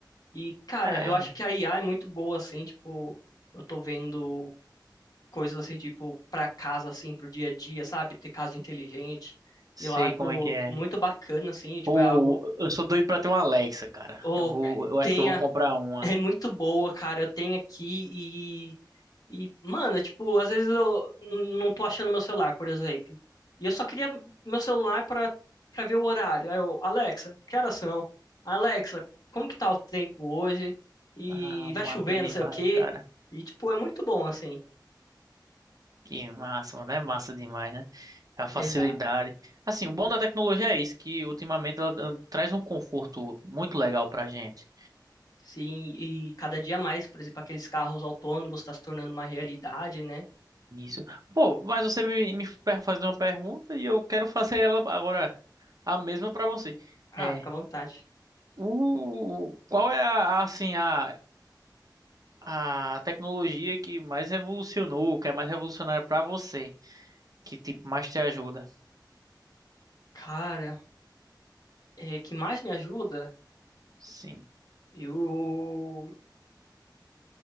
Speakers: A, on the left (about 55°); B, on the right (about 50°).
A: E, cara,
B: É,
A: eu acho que a IA é muito boa, assim, tipo, eu tô vendo coisas assim, tipo, pra casa, assim, pro dia a dia, sabe? Ter casa inteligente.
B: Sei
A: Eu acho
B: como é que é.
A: muito bacana, assim, tipo,
B: Pô,
A: é algo,
B: eu sou doido pra ter uma Alexa, cara.
A: ou
B: Eu vou,
A: é,
B: eu
A: tenha,
B: acho que eu vou comprar uma.
A: é muito boa, cara, eu tenho aqui E, mano, tipo, às vezes eu não tô achando meu celular, por exemplo. E eu só queria meu celular pra, pra ver o horário. Aí eu, Alexa, que horas são? Alexa, como que tá o tempo hoje? E
B: Ah, massa
A: vai chovendo,
B: demais,
A: não sei o quê.
B: cara.
A: E, tipo, é muito bom, assim.
B: Que massa, mano. É massa demais, né? É a facilidade.
A: Exato.
B: Assim, o bom da tecnologia é isso, que ultimamente ela, ela traz um conforto muito legal pra gente.
A: Sim, e cada dia mais, por exemplo, aqueles carros autônomos tá se tornando uma realidade, né?
B: Isso. Pô, mas você me, me per- fazer uma pergunta e eu quero fazer ela agora a mesma pra você.
A: Ah,
B: É,
A: fica à vontade.
B: o, qual é a, a, assim, a a tecnologia que mais revolucionou, que é mais revolucionária pra você, que tipo mais te ajuda.
A: Cara, é, que mais me ajuda?
B: Sim,
A: Eu,